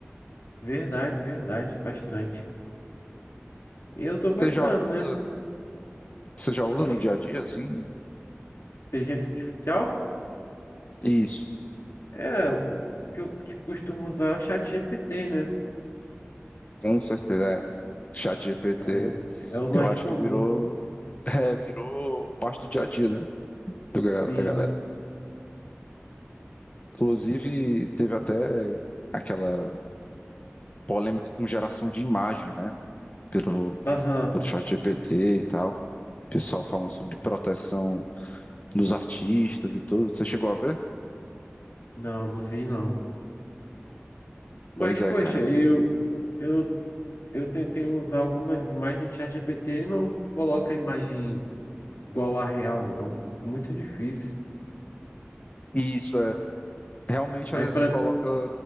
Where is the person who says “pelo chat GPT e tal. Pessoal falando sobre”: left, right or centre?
Left